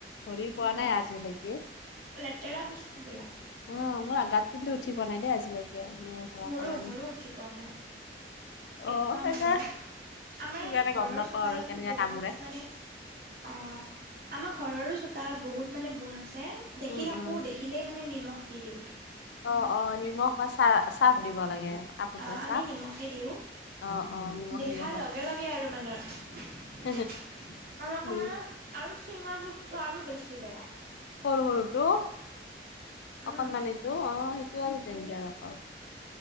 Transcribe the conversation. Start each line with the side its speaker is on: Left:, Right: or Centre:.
Left: ধৰি পোৱা
Right: অ
Left: নাই আজিলৈকে।
Right: লেতেৰা বস্তু বিলাক।
Left: অ, মোৰ আগাত কিন্তু উঠি পোৱানাই দেই আজিলৈকে ধৰা
Right: মোৰো-মোৰো
Left: পেলাই
Right: উঠি পোৱা নাই।
Left: অ
Right: একদম
Left: সেইকাৰ
Right: মানে আমাৰ
Left: সেইকাৰণে
Right: ঘৰৰ
Left: গম নাপাওঁ
Right: চোতালতো
Left: আৰু কেনেকে
Right: বহুত
Left: কামোৰে
Right: মানে অ' আমাৰ ঘৰৰো চোতালত বহুত মানে বুন আছে দেখি
Left: উম
Right: থাকো,
Left: উম
Right: দেখি দেখিলৈ মানে নিমখ দি দিওঁ।
Left: অ', অ' নিমখ বা চাৰ্ফ দিব লাগে। কাপোৰ
Right: অ'
Left: বা
Right: আমি
Left: চাৰ্ফ
Right: নিমখে দিওঁ,
Left: অ অ নিমখ
Right: দেখাৰ
Left: দিব
Right: লগে লগে আৰু মানে। আৰু
Left: পাৰি
Right: <unintelligible>
Left: দি
Right: মানে আৰু চিনা জোঁখটো আৰু বেছি বেয়া।
Left: সৰু-সৰু টো
Right: উম
Left: অকনমানিটো অ' সেই সেইটো আৰু ডেঞ্জাৰ আক।